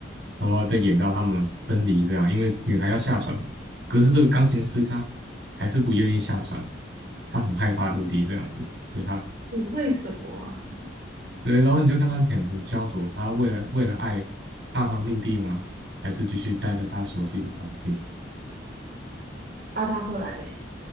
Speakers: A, on the right (about 65°); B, on the right (about 50°).
A: 然后再演到他们分离这样，因为女孩要下船了，可是这个钢琴师他还是不愿意下船，他很害怕陆地这样子，所以他
B: 嗯为什么啊？
A: 对，然后你就看他很很焦灼，他为了为了爱踏上陆地吗？还是继续待在他熟悉的环境？
B: 啊，他后来嘞？